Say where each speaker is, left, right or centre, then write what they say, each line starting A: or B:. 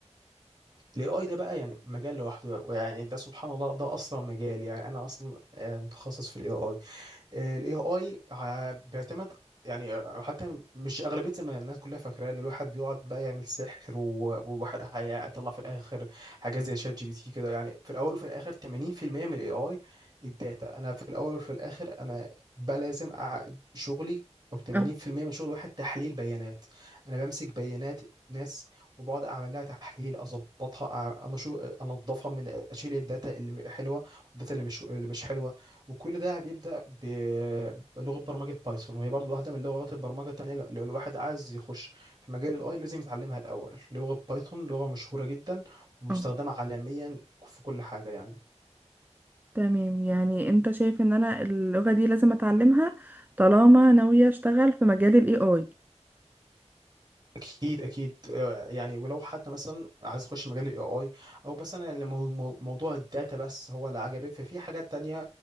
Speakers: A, on the right; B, on the right.
A: الاي اي ده بقى يعني مجال لوحده يعني ده سبحان الله ده اصلا مجال يعني انا اصلا آه، متخصص في الاي اي الاي اي بيعتمد يعني حتى مش اغلبيه زمان الناس كلها فاكره ان الواحد بيقعد بقى يعمل سحر و- وواحد هيطلع في الاخر حاجات زي شات جي بي تي كده يعني في الاول وفي الاخر 80% من الاي اي الداتا انا في الاول وفي الاخر انا بقى لازم أع- شغلي او 80%
B: اه
A: من شغل واحد تحليل بيانات انا بمسك بيانات ناس وبقعد اعمل لها تحليل اظبطها أع- انا شو انضفها من اشيل الداتا اللي حلوه والداتا اللي مش اللي مش حلوه وكل ده بيبدأ ب- بلغة برمجة بايثون وهي برضو واحدة من لغات البرمجة التانية لو لو الواحد عايز يخش في مجال الاي لازم يتعلمها الأول لغة بايثون لغة مشهورة جدا ومستخدمة
B: اه
A: عالميا في كل حاجة يعني
B: تمام يعني انت شايف ان انا اللغه دي لازم اتعلمها طالما ناويه اشتغل في مجال الاي اي
A: اكيد اكيد آه، يعني ولو حتى مثلا عايز تخش مجال الاي اي او مثلا يعني مو- مو- موضوع الداتا بس هو اللي عجبك ففي حاجات تانية